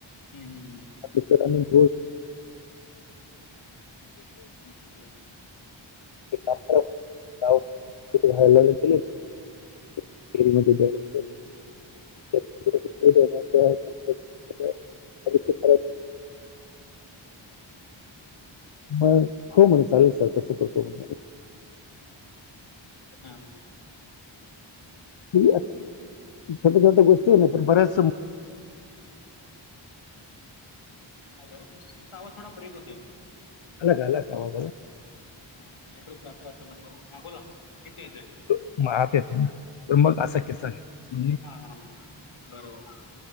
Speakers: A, on the left; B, on the left.
A: हम् हम्.
B: ती पिढा म्हणजे
A: ओके.
B: ते काम <unintelligible> <unintelligible> <unintelligible> मग हो म्हणलं चालेल सर तसं करतो म्हणलं.
A: हा हा.
B: ही आता छोट्या छोट्या गोष्टी ना तर बऱ्याच <unintelligible>
A: हॅलो तुमचा आवाज थोडा ब्रेक होतोय.
B: आला का आला का आवाज आला?
A: अ, नेटवर्क जाताय वाटतं मध्ये मध्ये हां बोल ना येतोय येतोय.
B: <unintelligible> पण मग असा किस्सा निघतो. म्हणजे
A: हा हा बरोबर.